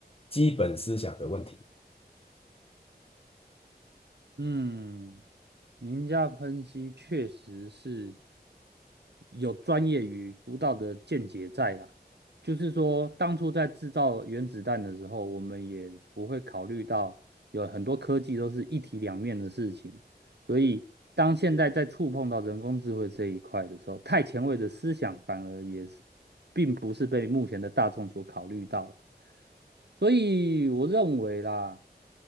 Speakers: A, on the left; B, on the right.
A: 基本思想的问题。
B: 嗯。您家分析确实是有专业与独到的见解在啦。就是说，当初在制造原子弹的时候，我们也不会考虑到有很多科技都是一体两面的事情。所以，当现在在触碰到人工智慧这一块的时候，太前卫的思想反而也是并不是被目前的大众所考虑到了。所以我认为啦，